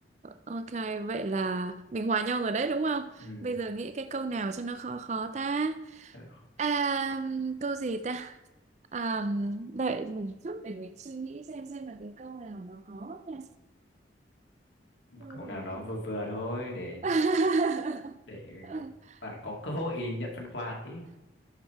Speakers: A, on the right (about 40°); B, on the left (about 75°).
A: ok, vậy là mình hòa nhau rồi đấy đúng không?
B: Ừ.
A: Bây giờ nghĩ cái câu nào cho nó khó khó ta.
B: thế là-
A: À, câu gì ta? À, đợi mình chút để mình suy nghĩ xem xem là cái câu nào nó khó nha.
B: ừ,
A: Câu
B: câu
A: gì
B: nào nó
A: ta?
B: vừa vừa thôi để
A: <laughs>
B: để bạn có cơ hội nhận phần quà tí